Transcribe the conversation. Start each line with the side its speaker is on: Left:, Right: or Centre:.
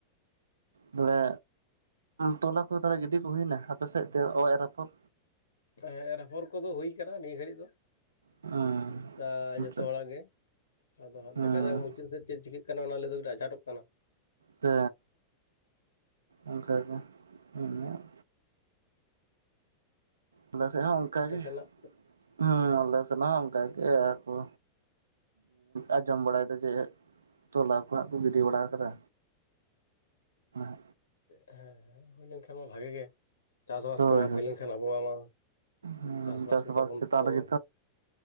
Right: ᱵᱚᱞᱮ ᱴᱚᱞᱟ ᱠᱚ ᱛᱚᱞᱮ ᱜᱤᱰᱤ ᱠᱚ ᱦᱩᱭᱱᱟ ᱟᱯᱮ ᱥᱮᱫ ᱛᱮ ᱚ ᱮᱨ ᱟᱯᱷᱚᱨ
Left: ᱦᱮ ᱮᱨ ᱟᱯᱷᱚᱨ ᱦᱩᱭ ᱠᱟᱱᱟ ᱱᱤᱭᱟᱹ ᱜᱷᱟᱹᱲᱤᱡ ᱫᱚ <unintelligible>
Right: ᱦᱩᱸ
Left: ᱡᱷᱚᱛᱚ
Right: ᱟᱪᱪᱷᱟ
Left: ᱦᱚᱲᱟᱜ ᱜᱮ ᱟᱫᱚ ᱦᱟᱸᱜ
Right: ᱦᱩᱸ
Left: ᱫᱮᱠᱷᱟ ᱡᱟ ᱢᱩᱪᱟᱹᱫ ᱥᱮᱫ ᱪᱮᱫ ᱪᱤᱠᱟᱹ <unintelligible> ᱠᱟᱱᱟ᱾
Right: ᱯᱮ ᱚᱱᱠᱟᱜᱮ ᱤᱧᱟᱜ ᱟᱞᱮ ᱥᱮᱫ ᱦᱚᱸ ᱚᱱᱠᱟᱜᱮ
Left: ᱟᱯᱮ ᱥᱮᱱᱟᱜ
Right: ᱦᱮᱸ ᱟᱞᱮ ᱥᱮᱫ ᱦᱚᱸ ᱚᱱᱠᱟᱜᱮ ᱮᱨ ᱯᱚᱨ ᱟᱸᱡᱚᱢ ᱵᱟᱲᱟᱭᱮᱫᱟ ᱡᱮ ᱛᱚᱞᱟ ᱠᱚ ᱦᱟᱜ ᱠᱚ ᱜᱤᱰᱤ ᱵᱟᱲᱟ ᱠᱟᱫᱟ <inaudible>
Left: ᱦᱮᱸ ᱦᱮᱸ ᱦᱩᱭ ᱞᱮᱱᱠᱷᱟᱱ ᱢᱟ ᱵᱷᱟᱜᱮ ᱜᱮ ᱪᱟᱥᱵᱟᱥ
Right: ᱦᱳᱭ
Left: ᱠᱚ ᱵᱟᱝ
Right: ᱦᱳᱭ
Left: ᱦᱩᱭ ᱞᱮᱱᱠᱷᱟᱱ ᱟᱵᱚᱣᱟᱜ ᱢᱟ
Right: ᱦᱩᱸ
Left: ᱪᱟᱥᱵᱟᱥ ᱜᱮᱛᱟᱵᱚᱱ
Right: ᱪᱮᱛᱟᱱ
Left: ᱛᱚ
Right: ᱨᱮᱜᱮ